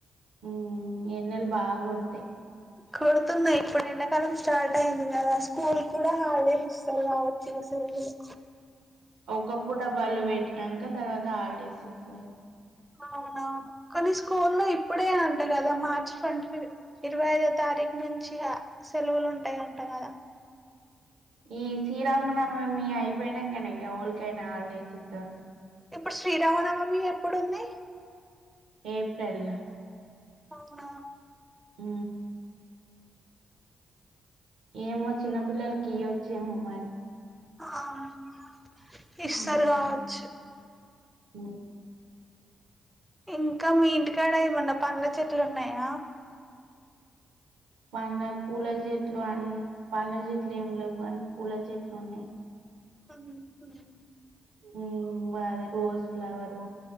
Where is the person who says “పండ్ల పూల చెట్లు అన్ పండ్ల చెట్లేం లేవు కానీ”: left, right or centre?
Right